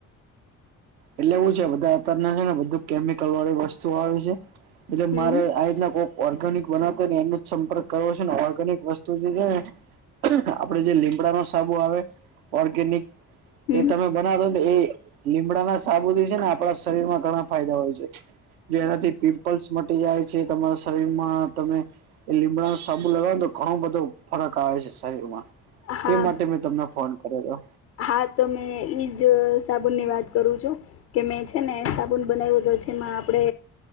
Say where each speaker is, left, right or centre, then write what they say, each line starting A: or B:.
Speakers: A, on the right; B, on the left.
A: એટલે એવું છે બધા અતાર ના છે ને બધું કેમિકલ વાળી વસ્તુ આવે છે. એટલે
B: હમ
A: મારે આ રીતના કોઈક ઓર્ગેનિક બનાવતો હો ને એનો જ સંપર્ક કરવો છે ને ઓર્ગેનિક વસ્તુ જે છે ને આપડે જે લીમડા નો સાબુ આવે ઓર્ગેનિક
B: હમ્મ.
A: બનાતો ને એ લીમડા ના સાબુ થી છે ને આપણા શરીર માં ઘણા ફાયદા હોય છે. જો એનાથી પિમ્પલ્સ મટી જાય છે, તમારા શરીરમાં તમે લીમડા સાબુ લગાવવાનું તો ઘણો બધો ફરક આવે છે શરીરમાં.
B: હા
A: એ માટે મેં તમને ફોન કર્યો હતો.
B: હા તો મે ઈજ સાબુન ની વાત કરું છું. કે મેં છે ને સાબુન બનાવ્યું તો જેમાં આપડે